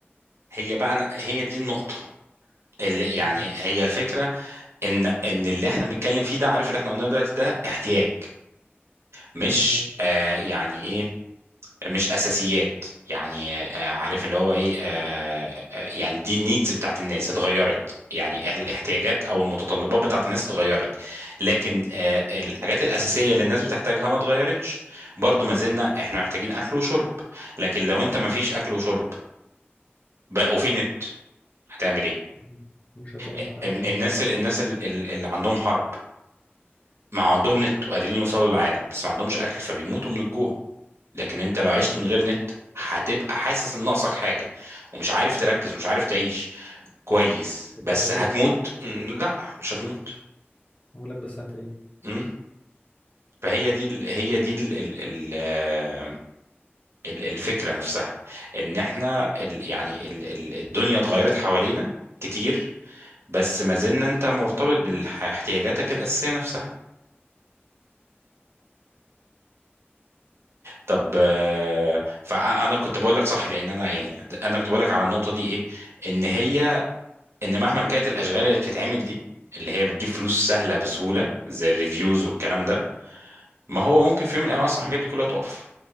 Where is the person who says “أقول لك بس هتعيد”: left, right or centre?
Left